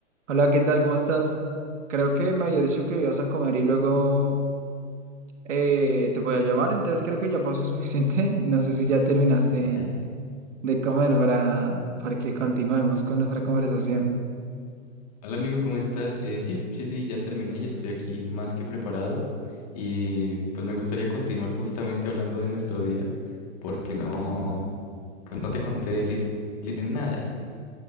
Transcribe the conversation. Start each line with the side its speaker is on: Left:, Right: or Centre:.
Right: Hola, ¿qué tal? ¿Cómo estás? Creo que me había dicho que ibas a comer y luego eh, te voy a llamar, entonces creo que ya pasó suficiente. <laughs> No sé si ya terminaste
Left: Ujú. <laughs>
Right: de comer para, para que continuemos con nuestra conversación.
Left: Hola amigo, ¿cómo estás? Eh, sí, sí, sí, ya terminé, ya estoy aquí más que preparado y pues me gustaría continuar justamente hablando de nuestro día porque no, pues no te conté li- li- nada.